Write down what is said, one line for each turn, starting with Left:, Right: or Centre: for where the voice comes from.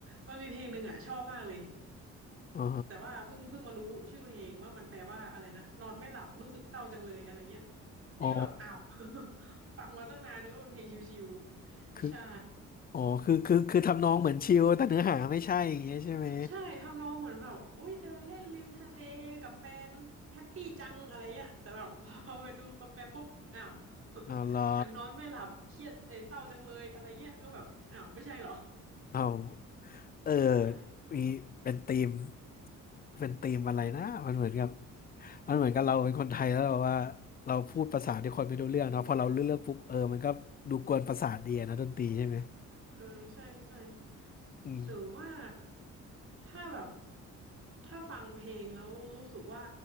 Right: มันมีเพลงหนึ่งอ่ะชอบมากเลย
Left: อ๋อ
Right: แต่ว่าเพิ่งเพิ่งมารู้ชื่อเพลงว่ามันแปลว่าอะไรนะนอนไม่หลับรู้สึกเศร้าจังเลยอะไรเงี้ยนี่ก็แบบอ้าว
Left: อ๋อ
Right: <laughs> ฟังมาตั้งนานนึกว่าเป็นเพลงชิวๆใช่
Left: คืออ๋อคือคือคือทำนองเหมือนชิลแต่เนื้อหาไม่ใช่อย่างเงี้ยใช่ไหม
Right: ใช่ทำนองเหมือนแบบอุ้ยเดินเล่นริมทะเลกับแฟนแฮปปี้จังอะไรเงี้ยแต่แบบ <laughs> พอไปดูคำแปลปุ๊บอ้าว <laughs>
Left: อ้าวเหรอ
Right: ฉันนอนไม่หลับเครียดเอยเศร้าจังเลยอะไรเงี้ยก็แบบอ้าวไม่ใช่เหรอ
Left: อ้าวเออ
Right: <laughs> ใช่
Left: มีเป็นธีมเป็นธีมอะไรนะมันเหมือนกับมันเหมือนกับเราเป็นคนไทยแล้วเราว่าเราพูดภาษาที่คนไม่รู้เรื่องเนาะพอเราเลือกเลือกปุ๊บเออมันก็ดูกวนประสาทดีอะนะดนตรีใช่ไหม
Right: เออใช่ใช่
Left: อืม
Right: หรือว่าถ้าแบบถ้าฟังเพลงแล้วรู้สึกว่า